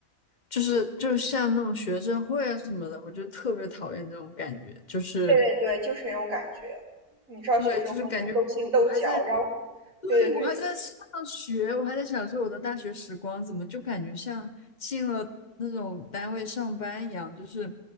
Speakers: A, on the left (about 35°); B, on the right (about 65°).
A: 就是就像那种学生会啊什么的，我就特别讨厌那种感觉，就是
B: 对对对对，就是那种感觉。你知道学生会那种勾心斗角，
A: 对，就是感觉给我，我还在，
B: 然后，
A: 对，
B: 对对对
A: 我还在上学，我还在享受我的大学时光，怎么就感觉像进了那种单位上班一样，就是